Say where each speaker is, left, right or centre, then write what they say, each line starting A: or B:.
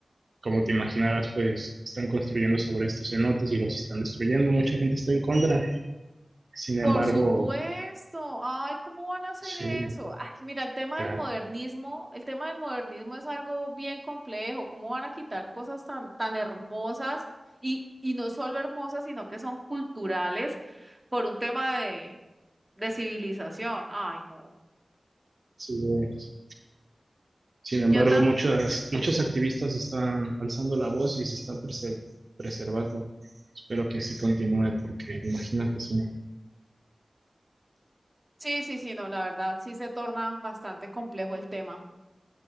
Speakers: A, on the right; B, on the right.
A: como te imaginarás, pues están construyendo sobre estos cenotes y los están destruyendo. Mucha gente está en contra. Sin
B: Por
A: embargo,
B: supuesto. Ay, ¿cómo van a hacer
A: sí,
B: eso? Ay, mira, el tema
A: claro,
B: del modernismo, el tema del modernismo es algo bien complejo. ¿Cómo van a quitar cosas tan, tan hermosas y, y no solo hermosas, sino que son culturales por un tema de, de civilización? Ay, no.
A: sí es. Sin embargo,
B: Yo tan,
A: muchas, muchos activistas están alzando la voz y se están prese- preservando. Espero que así continúe, porque imagínate si no.
B: sí, sí, sí, no, la verdad, sí se torna bastante complejo el tema.